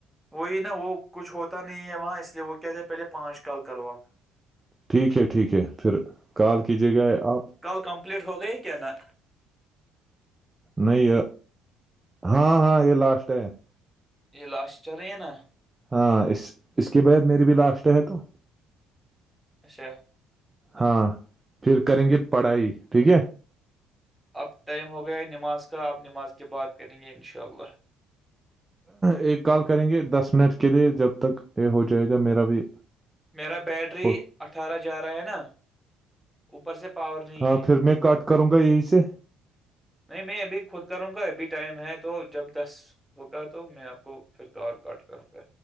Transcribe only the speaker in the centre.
وہی نا وہ کچھ ہوتا نہیں ہے وہاں اس لیے وہ کہتے پہلے پانچ کال کروا
کل کمپلیٹ ہو گئی کیا نہ
یہ لاسٹ چ رہے ہے نا
اچھا
اب ٹائم ہو گیا ہے نماز کا اب نماز کی بات کریں گے انشاء اللہ
میرا بیٹری
اٹھارہ جا رہا ہے نا اوپر سے پاور نہیں
ہے
نہیں میں ابھی خود کروں گا ابھی ٹائم ہے تو جب دس ہوگا تو میں آپ کو پھر کال کاٹ کر گا